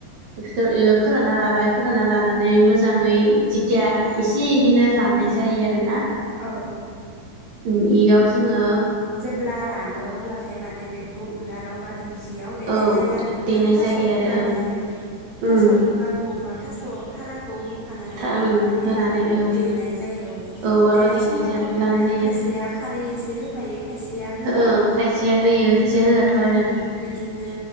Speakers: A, on the right; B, on the right.
A: बिखो फोरानना लाबाय फोरानना लानानै मोजांङै जिथिया एसे इदिनो राननाय नाय जायो आरोना।
B: औ।
A: उम इयाव जोंङो
B: जेब्ला रानो अब्लाथाय माने बेखौ उलाराव बा दिंखि बियाव देनाय
A: औ
B: जायो आरो नोंथाङा
A: देनाय
B: थास'बुगानि
A: जायो आरो ओं
B: थास'
A: उम
B: बुगाखौ बा थास' थाराखौ हु फानानै
A: था
B: बेखौ
A: ओं
B: माने
A: होनानै ओं
B: देनाय जायो
A: औ उवालाव
B: देनाय समायाव
A: जा
B: बिदिनो
A: लानाय जायो
B: खायसेया
A: आरो
B: खारै एसे होफायो। खायसेया होआ
A: ओं खायसेया होयो खायसेया
B: औ
A: होआथ' आरो
B: बिदिनो